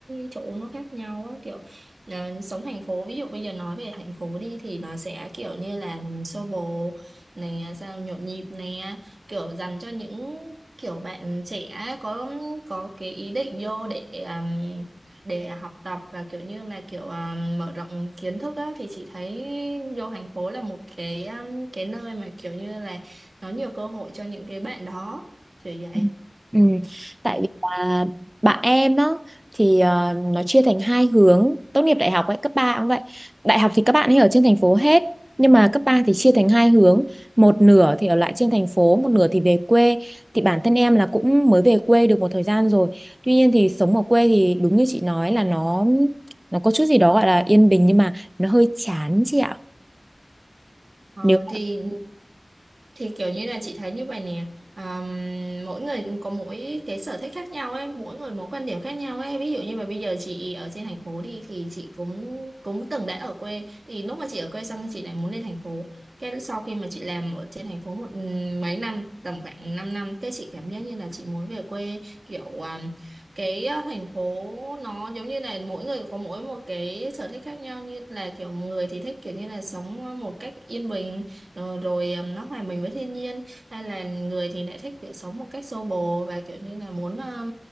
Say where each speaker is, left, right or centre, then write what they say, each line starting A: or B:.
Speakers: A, on the right (about 75°); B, on the right (about 30°).
A: chỗ nó khác nhau á, kiểu à, sống thành phố ví dụ bây giờ nói về thành phố đi thì nó sẽ kiểu như là xô bồ này à, sao nhộn nhịp này kiểu dành cho những kiểu bạn trẻ có có cái ý định vô để à, để học tập và kiểu như là kiểu à, mở rộng kiến thức á thì chị thấy vô thành phố là một cái à, cái nơi mà kiểu như là nó nhiều cơ hội cho những cái bạn đó kiểu vậy
B: Ừ. Ừ, Tại
A: ừ.
B: vì là bạn em đó thì ờ, nó chia thành hai hướng tốt nghiệp đại học ấy cấp 3 cũng vậy đại học thì các bạn ấy ở trên thành phố hết nhưng mà cấp 3 thì chia thành hai hướng một nửa thì ở lại trên thành phố một nửa thì về quê thì bản thân em là cũng mới về quê được một thời gian rồi tuy nhiên thì sống ở quê thì đúng như chị nói là nó nó có chút gì đó gọi là yên bình nhưng mà nó hơi chán chị ạ
A: Ờ,
B: nếu
A: thì thì kiểu như là chị thấy như vậy nè à, mỗi người cũng có mỗi cái sở thích khác nhau ấy mỗi người mỗi quan điểm khác nhau ấy ví dụ như là bây giờ chị ở trên thành phố đi thì chị cũng cũng từng đã ở quê thì lúc mà chị ở quê xong chị lại muốn lên thành phố cái sau khi mà chị làm ở trên thành phố một ừ, mấy năm tầm khoảng 5 năm năm, cái chị cảm giác như là chị muốn về quê kiểu à, cái ờ, thành phố nó giống như là mỗi người có mỗi một cái sở thích khác nhau như là kiểu người thì thích kiểu như là sống một cách yên bình ờ, rồi ờ, nó hòa mình với thiên nhiên hay là người thì lại thích kiểu sống một cách xô bồ và kiểu như là muốn ờ,